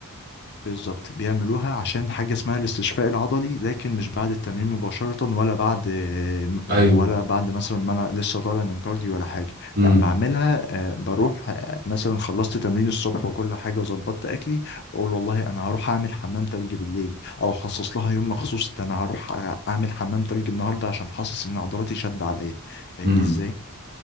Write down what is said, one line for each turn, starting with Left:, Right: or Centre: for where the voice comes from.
Left: بالظبط بيعملوها عشان حاجة اسمها الاستشفاء العضلي لكن مش بعد التمرين مباشرة ولا بعد ولا
Right: ايوه
Left: بعد مثلا ما أنا لسه طالع من كارديو ولا حاجة
Right: امم
Left: لا بعملها آه، بروح آه، مثلا خلصت تمرين الصبح وكل حاجة وظبطت أكلي بقول والله أنا هروح أعمل حمام تلج بالليل أو أخصص لها يوم مخصوص ده أنا هروح آه، أعمل حمام تلج النهاردة عشان حاسس إن عضلاتي شد عليا فاهمني
Right: امم
Left: إزاي؟